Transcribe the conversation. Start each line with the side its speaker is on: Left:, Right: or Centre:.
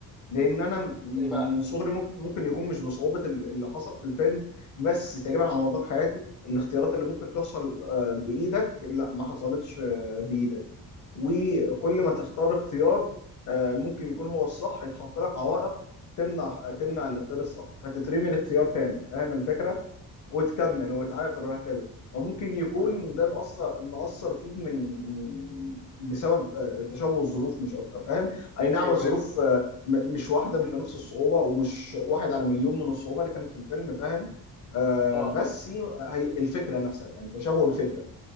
Left: لان انا م-
Centre: ازاي بقى
Left: من صغري ممكن ممكن يكون مش بصعوبه ال- اللي حصل في الفيلم بس تقريبا على مدار حياتي الاختيارات اللي ممكن تحصل آه، بايدك لا ما حصلتش آه، بايدك وكل ما تختار اختيار آه، ممكن يكون هو الصح يتحط لك عوائق تمنع تمنع الاختيار الصح فتترمي الاختيار تاني فاهم الفكره وتكمل وتعافر وهكذا وممكن يكون
Centre: مم.
Left: ده مأثر مأثر فيك من بسبب آه، تشابه الظروف مش أكتر فاهم؟ أي نعم
Centre: ايوه
Left: الظروف
Centre: ايوه
Left: آه، م- مش واحدة مش بنفس الصعوبة ومش واحد على مليون من الصعوبة اللي كانت في الفيلم فاهم؟ آه
Centre: اه
Left: بس هي هي الفكرة نفسها يعني تشابه الفكرة